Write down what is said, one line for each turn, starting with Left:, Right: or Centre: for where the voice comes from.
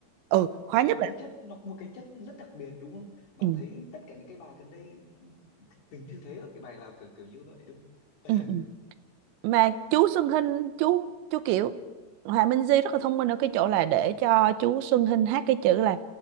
Right: ừ khóa
Left: Nó
Right: nhất
Left: có
Right: là
Left: cái chất, nó có một cái chất rất đặc biệt đúng không? Bà
Right: ừ,
Left: thấy tất cả những cái bài gần đây mình chưa thấy ở cái bài nào kiểu kiểu như vậy đúng không?
Right: ừ,
Left: <laughs>
Right: ừ. mà chú Xuân Hinh chú chú kiểu Hòa Minh Di rất là thông minh ở cái chỗ là để cho chú Xuân Hinh hát cái chữ là